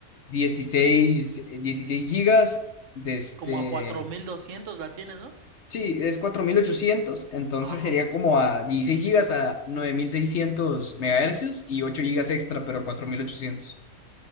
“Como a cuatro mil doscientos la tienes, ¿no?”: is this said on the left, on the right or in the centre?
Right